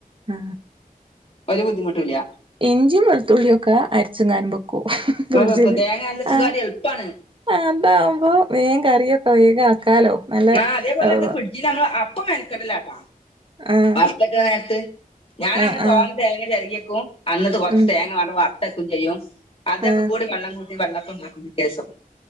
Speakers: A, on the right; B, on the left.
A: ആഹ്
B: ഒരു ബുദ്ധിമുട്ടുല്ല.
A: ഇഞ്ചി വെളുത്തുള്ളിയൊക്കെ അരച്ചുങ്ങാനും വെക്കും ഫ്രിഡ്ജില്
B: നമ്മൾ വെക്കും തേങ്ങ നല്ല സുഖമായിട്ട്
A: ആ.
B: എളുപ്പമാണ്
A: ആ അതാവുമ്പോ മീൻ കറിയൊക്കെ വേഗം ആക്കാലോ. നല്ല
B: ആ അതേപോലെ
A: ആഹ്
B: ഇത് ഫ്രിഡ്ജിലാണ് അപ്പം മെനക്കട്ലാട്ടാ.
A: ആഹ്
B: വറത്തക്ക നേരത്ത് ഞാന
A: ആഹ്
B: അങ്ങനെ തോന
A: ആഹ്
B: തേങ്ങ ചെരകിയേക്കും അന്നത്ത് കൊറച്ച്
A: ഉം
B: തേങ്ങ ങ്ങാട്ട് വറുത്തക്കും ചെയ്യും അതൊക്കെ
A: ആഹ്
B: കൂടി വള്ളം കൂട്ടി വെള്ളപ്പണ്ടാക്കും പിറ്റേസം